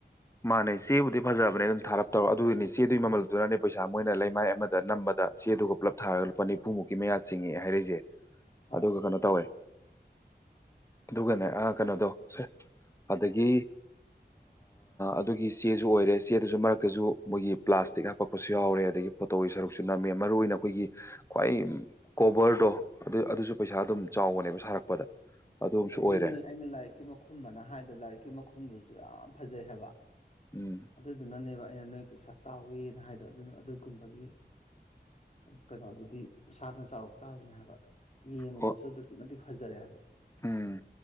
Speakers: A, on the left (about 15°); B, on the left (about 40°).
A: ꯃꯥꯅꯦ ꯆꯦꯕꯨꯗꯤ ꯐꯖꯕꯅꯦ ꯑꯗꯨꯝ ꯊꯥꯔꯞ ꯇꯧꯔꯣ ꯑꯗꯨꯒꯤꯅꯤ ꯆꯦꯗꯨꯒꯤ
B: ꯎꯝ
A: ꯃꯃꯜ ꯑꯗꯨꯅꯅꯦ ꯄꯩꯁꯥ ꯃꯣꯏꯅ ꯂꯩꯃꯥꯏ ꯑꯃꯗ ꯅꯝꯕꯗ ꯆꯦꯗꯨꯒ ꯄꯨꯂꯞ ꯊꯥꯔꯒ ꯂꯨꯄꯥ ꯅꯤꯐꯨꯃꯨꯛꯀꯤ ꯃꯌꯥ ꯆꯤꯡꯉꯛꯦ ꯍꯥꯏꯔꯤꯁꯦ
B: ꯍꯣꯏ
A: ꯑꯗꯨꯒ ꯀꯩꯅꯣ ꯇꯧꯋꯦ ꯑꯗꯨꯒꯅꯦ ꯑ ꯀꯩꯅꯣꯗꯣ ꯁꯦ ꯑꯗꯒꯤ ꯑꯗꯨꯒꯤ ꯆꯦꯁꯨ ꯑꯣꯏꯔꯦ ꯆꯦꯗꯨꯁꯨ ꯃꯔꯛꯇꯁꯨ ꯃꯣꯏꯒꯤ ꯄ꯭ꯂꯥꯁꯇꯤꯛ ꯍꯥꯞꯄꯛꯄꯁꯨ ꯌꯥꯎꯔꯦ ꯑꯗꯒꯤ ꯐꯣꯇꯣꯒꯤ ꯁꯔꯨꯛꯁꯨ ꯅꯝꯃꯤ ꯃꯔꯨ ꯑꯣꯏꯅ ꯑꯈꯣꯏꯒꯤ ꯈ꯭ꯋꯥꯏ ꯀꯣꯕꯔꯗꯣ ꯑꯗꯨ ꯑꯗꯨꯁꯨ ꯄꯩꯁꯥ ꯑꯗꯨꯝ ꯆꯥꯎꯕꯅꯦꯕ ꯁꯥꯔꯛꯄꯗ ꯑꯗꯨ ꯑꯃꯁꯨ
B: ꯑꯗꯨꯅꯤ
A: ꯑꯣꯏꯔꯦ
B: ꯑꯩꯅ ꯂꯥꯏꯔꯤꯛꯀꯤ ꯃꯈꯨꯝꯑꯅ ꯍꯥꯏꯗꯣ ꯂꯥꯏꯔꯤꯛꯀꯤ ꯃꯈꯨꯝꯗꯨꯁꯨ ꯌꯥꯝ ꯐꯖꯩ ꯍꯥꯏꯕ
A: ꯎꯝ
B: ꯑꯗꯨꯗꯨꯅꯅꯦꯕ ꯑꯩꯅ ꯅꯣꯏ ꯄꯩꯁꯥ ꯆꯥꯎꯋꯦꯅ ꯍꯥꯏꯗꯣ ꯑꯗꯨꯅ ꯑꯗꯨꯒꯨꯝꯕꯒꯤ ꯀꯩꯅꯣꯗꯨꯗꯤꯁꯥꯗꯅ ꯆꯥꯎꯔꯛ ꯇꯥꯕꯅꯦ ꯍꯥꯏꯕ ꯌꯦꯡꯕꯗꯁꯨ
A: ꯍꯣꯏ
B: ꯑꯗꯨꯛꯀꯤ ꯃꯇꯤꯛ ꯐꯖꯔꯦ ꯍꯥꯏꯕ
A: ꯎꯝ